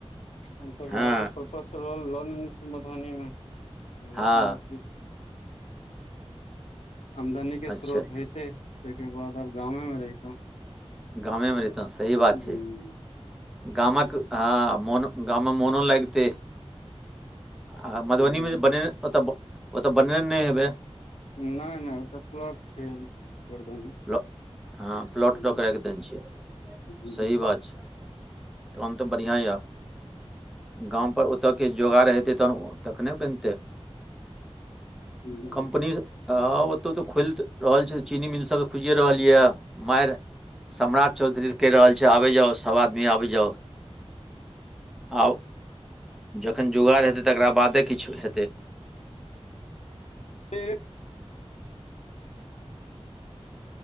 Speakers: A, on the left; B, in the centre.
A: हनकर
B: हँ
A: रह के प्र फसल ओर लऽ लेने मधुबनी मे
B: हँ
A: लेकिन आब किछ। आमदनी के
B: अच्छा
A: स्रोत हैय तै तैय के बाद अब गाँमे में में रहितौं।
B: गामे
A: हुं
B: मे रैहतौ, सही बात
A: हुं
B: छै। गामक ह मोन गाम मे मोनो लैगतेै, आ मधुबनी
A: नहि
B: मे बने ओतऽ ओतऽ बनेने नै हेबै?
A: नैय -नैय ओतऽ प्लट छैय। गर्दन मे
B: प्लॉ हँ प्लॉट
A: हू,
B: लऽ कऽ राखि देने छियै
A: हू।
B: सही बात छै तहन तऽ बढ़ियां या। गाम पर ओतऽ किछ जोगाड़ हेतै, तहन तखने बनतै।
A: हुँ।
B: कम्पनी हँ, ओतौ तऽ खोल रहल छैय, चीनी मिल सब तऽ खुजिए रहल या मैर। सम्राट चौधरी कैह रहल छै, आबै जाउ! सब आदमी आबै जाउ! आब जखन जुगाड़ हेतै, तकरा बादे किछो हेतै।
A: <unintelligible>